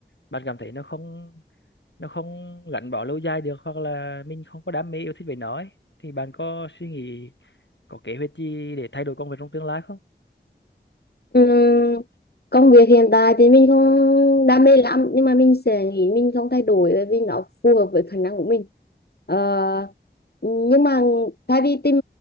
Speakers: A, on the left (about 85°); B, on the left (about 60°).
A: bạn cảm thấy nó không nó không gắn bó lâu dài được hoặc là mình không có đam mê yêu thích về nó ấy, thì bạn có suy nghĩ có kế hoạch gì để thay đổi công việc trong tương lai không?
B: Ừm, công việc hiện tại thì mình không đam mê lắm nhưng mà mình sẽ nghĩ mình không thay đổi bởi vì nó phù hợp với khả năng của mình Ờ, nhưng mà thay vì tìm